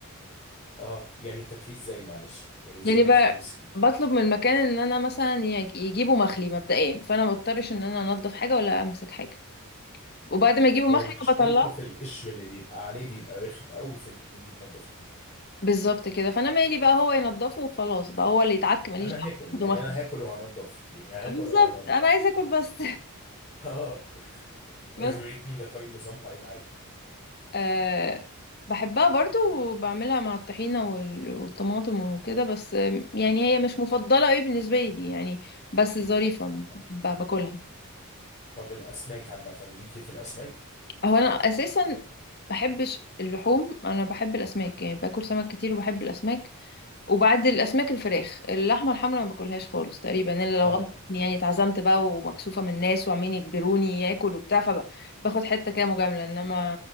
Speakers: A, on the left; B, on the left.
A: اه يعني بتاكليه ازاي معلش يعني ازاي
B: يعني
A: مش
B: بقى
A: بتمسكي
B: بطلب من المكان ان انا مثلا يج- يجيبوا مخلي مبدئيا فانا ما اضطرش ان انا انضف حاجه ولا امسك حاجه وبعد ما يجيبوا
A: هو
B: مخلي
A: مشكلته
B: انا بطلعه
A: في القشر اللي بيبقى عليه بيبقى رخم قوي في ان انت تنضفيه
B: بالظبط كده فانا مالي بقى هو ينضفه وخلاص بقى هو اللي يتعك ماليش
A: انا
B: دعوه
A: هاكل
B: ياخدوا
A: يعني
B: مخلي
A: انا هاكل وهنضف يعني هاكل
B: بالظبط
A: ولا هنضف
B: انا عايزه اكل بس
A: اه
B: <laughs> بس
A: الرنجة طيب نظامها ايه معايا
B: أه بحبها برضو وبعملها مع الطحينة وال- والطماطم وكده بس آم، يعني هي مش مفضلة ايه بالنسبة لي يعني بس ظريفة
A: اه
B: ب- باكلها
A: طب الاسماك عامة ليكي في الاسماك
B: هو انا اساسا بحبش اللحوم انا بحب الاسماك يعني باكل سمك كتير وبحب الاسماك وبعد الاسماك الفراخ اللحمة الحمراء ما باكلهاش خالص تقريبا الا لو
A: اه
B: غصب عني، يعني اتعزمت بقى ومكسوفة من الناس وعمالين يجبروني اكل وبتاع فباخد حتة كده مجاملة انما